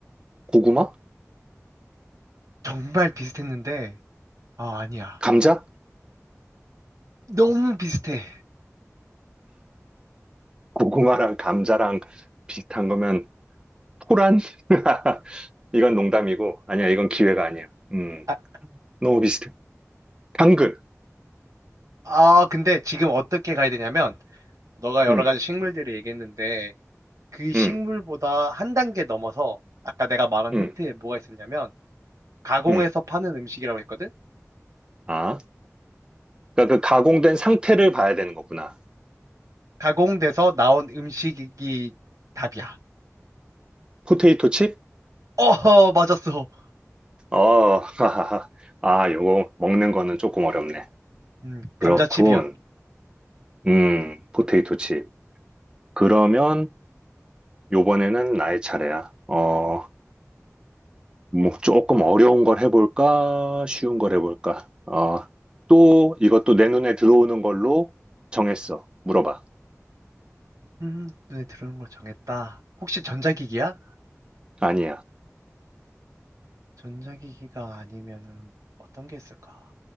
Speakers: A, on the right; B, on the right.
A: 고구마?
B: 정말 비슷했는데 아, 아니야.
A: 감자?
B: 너무 비슷해.
A: 고구마랑 감자랑 비슷한 거면 토란? <laughs> 이건 농담이고, 아니야, 이건 기회가 아니야. 음,
B: 아,
A: 너무 비슷해. 당근.
B: 아, 근데 지금 어떻게 가야 되냐면 너가 여러
A: 음,
B: 가지 식물들을 얘기했는데 그 식물보다
A: 음,
B: 한 단계 넘어서 아까 내가 말한
A: 음,
B: 힌트에 뭐가 있었냐면 가공해서
A: 음.
B: 파는 음식이라고 했거든?
A: 아, 그러니까 그 가공된 상태를 봐야 되는 거구나.
B: 가공돼서 나온 음식이 답이야.
A: 포테이토 칩?
B: 어허, 맞았어.
A: 어, 하하하. 아, 요거 먹는 거는 조금 어렵네.
B: 음, 감자칩이었.
A: 그렇군. 음, 포테이토 칩. 그러면 요번에는 나의 차례야. 어, 뭐 조금 어려운 걸 해볼까? 쉬운 걸 해볼까? 어, 또 이것도 내 눈에 들어오는 걸로 정했어. 물어봐.
B: 음, 눈에 들어오는 걸 정했다. 혹시 전자기기야?
A: 아니야,
B: 전자기기가 아니면은 어떤 게 있을까?